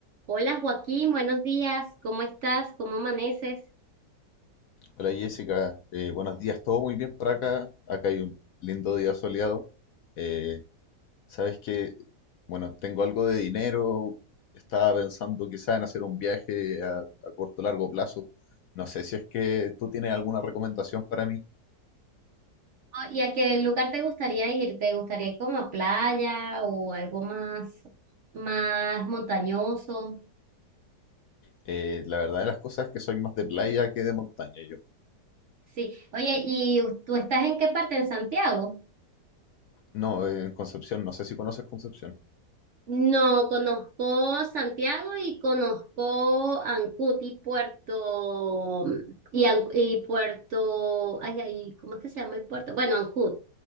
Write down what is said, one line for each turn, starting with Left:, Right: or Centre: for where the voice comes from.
Right: Hola Joaquín, buenos días. ¿Cómo estás? ¿Cómo amaneces?
Left: Hola Jessica, Eh, buenos días, todo muy bien por acá. Acá hay un lindo día soleado. Eh, sabes que, bueno, tengo algo de dinero. Estaba pensando quizá en hacer un viaje a, a corto o largo plazo. No sé si es que tú tienes alguna recomendación para mí.
Right: Ah, ¿Y a qué lugar te gustaría ir? ¿Te gustaría ir como a playa o algo más, más montañoso?
Left: Eh, la verdad de las cosas es que soy más de playa que de montaña yo.
Right: Sí. Oye, ¿y tú estás en qué parte? ¿En Santiago?
Left: No, eh, en Concepción, no sé si conoces Concepción.
Right: No, conozco Santiago y conozco Ancud y Puerto y, An- y Puerto, ay, ay, ¿cómo es que se llama el puerto? Bueno, Ancud.